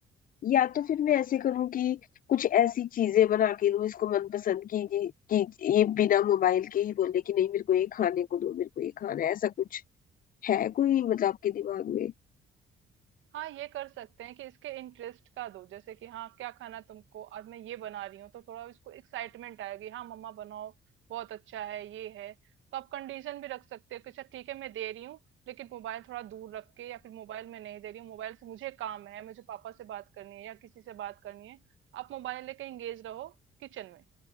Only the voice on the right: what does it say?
हाँ ये कर सकते हैं कि इसके इंटरेस्ट का दो जैसे कि हाँ क्या खाना तुमको आज मैं ये बना रही हूँ तो थोड़ा इसको एक्साइटमेंट आएगी हाँ मम्मा बनाओ बहुत अच्छा है ये है तो आप कंडीशन भी रख सकते हो कि अच्छा ठीक है मैं दे रही हूँ लेकिन मोबाइल थोड़ा दूर रख के या फिर मोबाइल में नहीं दे रही हूँ मोबाइल से मुझे काम है मुझे पापा से बात करनी है या किसी से बात करनी है आप मोबाइल लेके एंगेज रहो किचन में